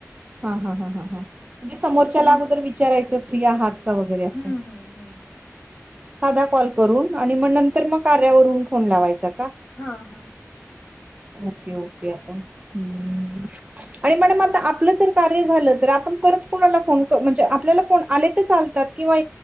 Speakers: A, on the right; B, on the left.
A: हा हा ह ह हा म्हणजे समोरच्याला
B: तुम्ही
A: अगोदर विचारायचं फ्री आहात? का वगैरे असं.
B: हम्म हम्म हम्म
A: साधा कॉल करून आणि मग नंतर मग कार्यावरून फोन लावायचा का?
B: हा हा
A: ओके ओके आता हम्
B: हं.
A: आणि मॅडम आता आपलं जर कार्य झालं तर आपण परत कोणाला फोन म्हणजे आपल्याला फोन आले तर चालतात? किंवा